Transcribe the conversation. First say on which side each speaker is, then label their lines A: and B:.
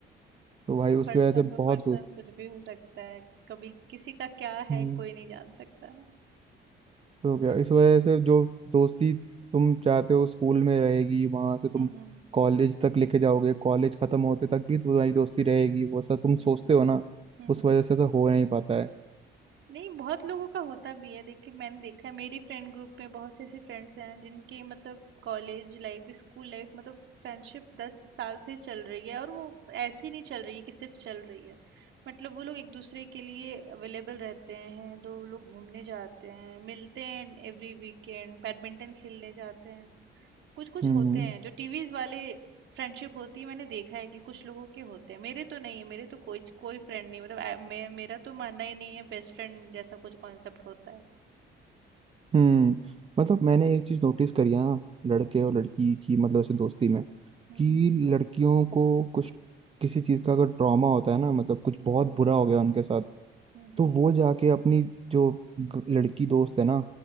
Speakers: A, on the right; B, on the right.
A: तो भाई उसकी
B: पर्सन
A: वजह से
B: टू
A: बहुत
B: पर्सन
A: दोस्त
B: कुछ भी हो सकता है कभी किसी का क्या
A: हम्म,
B: है कोई नहीं जान सकता ना
A: तो क्या इस वजह से जो दोस्ती तुम चाहते हो स्कूल में रहेगी वहां से तुम
B: हम्म हम्म
A: कॉलेज तक लेके जाओगे कॉलेज खत्म होते तक भी तुम्हारी दोस्ती रहेगी वो ऐसा तुम
B: हम्म
A: सोचते हो ना उस
B: हम्म।
A: वजह से ऐसा हो नहीं पाता है
B: नहीं बहुत लोगों का होता भी है देखिए मैंने देखा है मेरी फ्रेंड ग्रुप में बहुत से ऐसे फ्रेंड्स हैं जिनके मतलब कॉलेज लाइफ स्कूल लाइफ मतलब फ्रेंडशिप दस साल से चल रही है और वो ऐसी नहीं चल रही है कि सिर्फ चल रही है मतलब वो लोग एक दूसरे के लिए अवेलेबल रहते हैं दो लोग घूमने जाते हैं मिलते हैं एवरी वीकेंड बैडमिंटन खेलने जाते हैं कुछ कुछ
A: हम्म
B: होते हैं जो टीवीज वाले फ्रेंडशिप होती है मैंने देखा है कि कुछ लोगों के होते हैं मेरे तो नहीं है मेरे तो कोई कोई फ्रेंड नहीं मतलब आ, मे, मेरा तो मानना ही नहीं है बेस्ट फ्रेंड जैसा कुछ कॉन्सेप्ट होता है
A: हम्म मतलब मैंने एक चीज नोटिस करी है ना लड़के
B: हम्म
A: और लड़की की मतलब ऐसे दोस्ती में
B: हम्म
A: कि लड़कियों को कुछ किसी चीज का अगर ट्रॉमा होता है ना मतलब कुछ
B: हम्म
A: बहुत बुरा हो गया उनके साथ
B: हम्म
A: तो वो जाके अपनी जो ग- लड़की दोस्त है ना